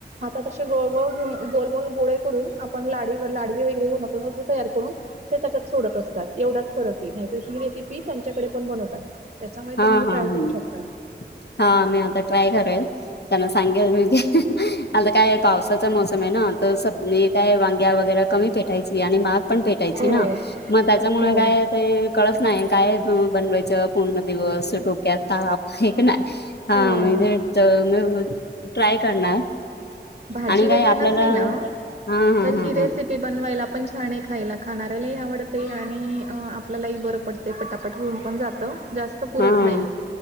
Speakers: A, on the right; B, on the left.
A: आता कसे गोळ गोळ घेऊन, गोल गोल गोळे करून आपण लाडी व लाडवी वगैरे बवनतो तयार करून. ते त्याच्यात सोडत असतात एवढाच फरक आहे, नाहीत ही रेसिपी त्यांच्याकडे पण बनवतात. त्याच्यामुळे
B: हा
A: तुम्ही
B: हा
A: ट्राय
B: हं
A: करू शकता
B: हा. मी आता ट्राय करेल. त्यांना सांगेल मी की आता काय, पावसाचा मोसम आहे ना तर स काय वांग्या वगैरे कमी, भेटायची आणि मग. पण भेटायची
A: हो
B: ना मग, त्याच्यामुळे
A: हो
B: काय ते कळत नाही काय बनवायच पूर्ण. दिवस टोक्या ताप हे की, हा
A: हो
B: म्हणजे. तर मग, ट्राय करणार.
A: भाजी
B: आणि काय
A: वगैरे
B: आपल्याला
A: नसली ना,
B: हा हा
A: तर
B: हा
A: ही
B: हा
A: रेसिपी ते बनवायला पण छान आहे खायला. खाणाऱ्यालाही आवडते आणि, आपल्यालाही बरं पडत. ते पटापट होऊन पण जातं, जास्त पुरत
B: हा
A: नाही